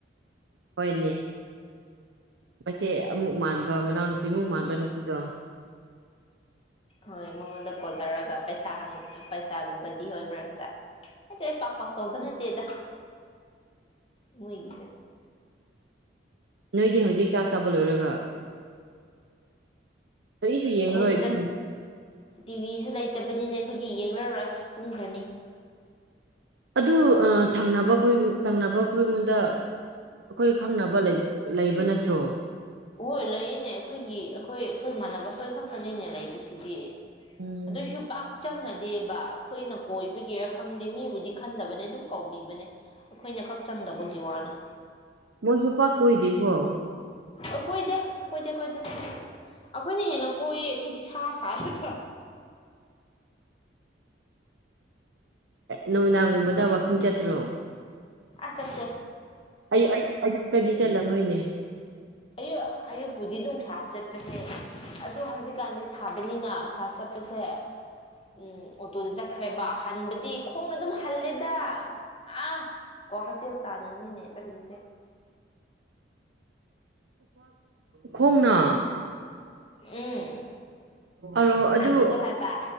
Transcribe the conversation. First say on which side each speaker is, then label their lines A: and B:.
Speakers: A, on the right; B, on the left.
A: ꯍꯣꯏꯅꯦ ꯃꯆꯦ ꯑꯃꯨꯛ ꯃꯥꯟꯕ ꯃꯅꯥꯎ ꯅꯨ ꯏꯃꯨꯡ ꯃꯥꯟꯕ
B: ꯎꯝ
A: ꯅꯨꯄꯤꯗꯣ
B: ꯍꯣꯏ ꯃꯉꯣꯟꯗ ꯀꯣꯜ ꯇꯧꯔꯒ ꯄꯩꯁꯥ ꯄꯩꯁꯥꯒꯨꯝꯕꯗꯤ ꯍꯣꯏ ꯃꯔꯝꯗ ꯍꯥꯏ ꯄꯥꯛ ꯄꯥꯛ ꯇꯧꯕ ꯅꯠꯇꯦꯗ ꯃꯣꯏꯒꯤꯁꯦ
A: ꯅꯣꯏꯗꯤ ꯍꯧꯖꯤꯛ ꯍ ꯆꯥꯛ ꯆꯥꯕ ꯂꯣꯏꯔꯒ <unintelligible> ꯀꯔꯤꯁꯨ ꯌꯦꯡꯉꯔꯣꯏ
B: ꯑꯩꯈꯣꯏꯗꯤ
A: ꯑꯗꯨꯝ
B: ꯇꯤꯚꯁꯨ ꯂꯩꯇꯕꯅꯤꯅꯦ ꯑꯩꯈꯣꯏꯗꯤ ꯌꯦꯡꯅꯔꯣꯏ ꯇꯨꯝꯈ꯭ꯔꯅꯤ
A: ꯑꯗꯨ ꯊꯪꯅꯕꯣꯏ ꯊꯪꯅꯕ ꯑꯩꯉꯣꯟꯗ ꯑꯩꯈꯣꯏ ꯈꯪꯅꯕ ꯂꯩꯕ ꯅꯠꯇ꯭ꯔꯣ
B: ꯍꯣꯏ ꯂꯩꯌꯦꯅꯦ ꯑꯩꯈꯣꯏꯒꯤ ꯑꯩꯈꯣꯏ ꯑꯩꯈꯣꯏ ꯃꯥꯟꯅꯕ ꯑꯩꯈꯣꯏ ꯈꯛꯇꯅꯤꯅꯦ ꯂꯩꯕꯁꯤꯗꯤ
A: ꯎꯝ
B: ꯑꯗꯨꯁꯨ ꯄꯥꯛ ꯆꯝꯅꯗꯦꯕ ꯑꯩꯈꯣꯏꯅ ꯀꯣꯏꯕꯒꯤꯔ ꯈꯪꯗꯦ ꯃꯤꯕꯨꯗꯤ ꯈꯟꯗꯕꯅꯦ ꯑꯗꯨꯝ ꯀꯧꯕꯤꯕꯅꯦ ꯑꯩꯈꯣꯏꯅ ꯈꯛ ꯆꯪꯗꯕꯒꯤ ꯋꯥꯅꯤ
A: ꯃꯣꯏ ꯆꯣꯄꯥ ꯀꯗꯕ
B: ꯑꯣ ꯀꯣꯏꯗꯦ ꯀꯣꯏꯗꯦ ꯀꯣꯏꯗꯦ ꯑꯩꯈꯣꯏꯅ ꯍꯦꯟꯅ ꯀꯣꯏꯌꯦ ꯑꯩꯈꯣꯏꯗꯤ ꯁꯥ ꯁꯥꯔꯒ
A: ꯅꯨꯃꯤꯗꯥꯡꯒꯨꯝꯕꯗ ꯋꯥꯋꯀꯤꯡ ꯆꯠꯇ꯭ꯔꯣ
B: ꯑꯆꯥꯇꯦ
A: ꯑꯌ ꯑꯌꯨ ꯀꯗꯤ ꯆꯠꯂꯝ ꯅꯣꯏꯅꯦ
B: ꯑꯌꯣ ꯑꯌꯨꯛ ꯕꯨꯗꯤ ꯑꯗꯨꯝ ꯀ꯭ꯂꯥꯁ ꯆꯠꯄꯁꯦ ꯑꯗꯨ ꯍꯧꯖꯤꯛꯀꯥꯟꯗꯤ ꯁꯥꯕꯅꯤꯅ ꯀ꯭ꯂꯥꯁ ꯆꯠꯄꯁꯦ ꯎꯝ ꯑꯣꯇꯣꯗ ꯆꯠꯈꯦꯕꯥ ꯍꯟꯕꯗꯤ ꯈꯣꯡꯅ ꯑꯗꯨꯝ ꯍꯂꯦꯗ ꯑ ꯀ꯭ꯋꯥꯀꯩꯊꯦꯜ ꯇꯥꯟꯅꯅꯤꯅꯦ ꯆꯜꯂꯤꯠꯂꯤꯁꯦ
A: ꯈꫭꯡꯅꯥ
B: ꯎꯝ
A: ꯑꯔꯣ
B: ꯍꯟꯕꯗꯣ
A: ꯑꯗꯨ
B: ꯍꯥꯏꯕ